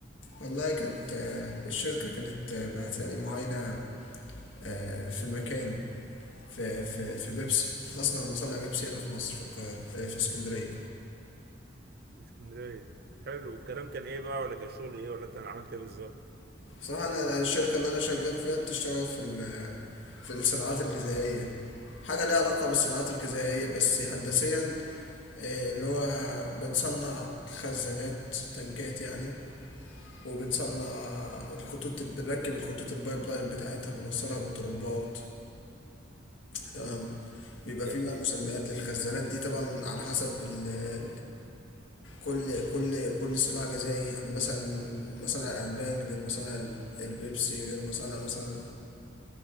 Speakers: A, on the left (about 85°); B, on the right (about 55°).
A: والله كانت آه، الشركة كانت آه، بعتالي معاينة آه، في مكان في في في بيبسي مصنع من مصانع بيبسي هنا في مصر في القاهرة آه، في اسكندرية
B: في اسكندرية حلو والكلام كان ايه بقى ولا كان شغل ايه ولا انت عملت ايه بالظبط؟
A: بصراحة أنا الشركة اللي أنا شغال فيها بتشتغل في ال- في الصناعات الغذائية حاجة ليها علاقة بالصناعات الغذائية بس هندسيا آه، اللي هو بنصنع خزانات تنكات يعني وبنصنع الخطوط بنركب الخطوط البايب لاين بتاعتها بنوصلها بالطرمبات تمام بيبقى
B: جميل
A: فيه بقى مسميات للخزانات دي طبعا على حسب ال ال- كل كل كل صناعة غذائية يعني مثلا مصانع الألبان غير مصانع البيبسي غير مصانع مثلا